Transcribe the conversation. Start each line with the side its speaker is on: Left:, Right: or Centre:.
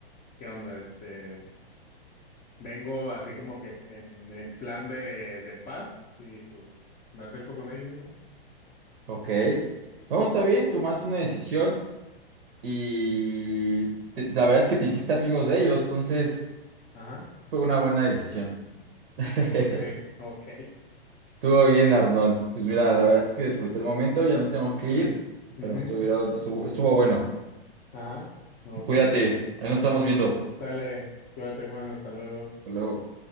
Left: ¿qué onda? Este, vengo así como que en, en plan de, de paz y pues me acerco con ellos, ¿no?
Right: Ok. No, está bien, tomaste una decisión y te- la verdad es que te hiciste amigos de ellos, entonces
Left: Ajá,
Right: fue una buena decisión. <laughs>
Left: ok, ok, <laughs>
Right: Estuvo bien, Arnold. Pues mira,
Left: está.
Right: la verdad es que disfruté el momento, ya me tengo que
Left: mm.
Right: ir, pero
Left: Ujú.
Right: estuvieron, estuvo, estuvo bueno.
Left: Ajá, ok.
Right: Cuídate, ahí nos estamos viendo.
Left: sale cuídate, Juan, hasta luego.
Right: Hasta luego.